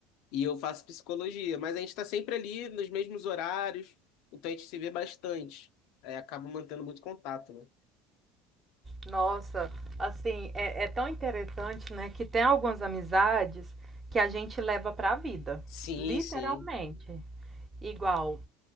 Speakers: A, on the left (about 65°); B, on the right (about 30°).
A: E eu faço psicologia, mas a gente está sempre ali nos mesmos horários, então a gente se vê bastante. É, acaba mantendo muito contato, né?
B: Nossa, assim, é, é tão interessante, né, que tem algumas amizades que a gente leva para a vida,
A: Sim,
B: literalmente.
A: sim.
B: Igual,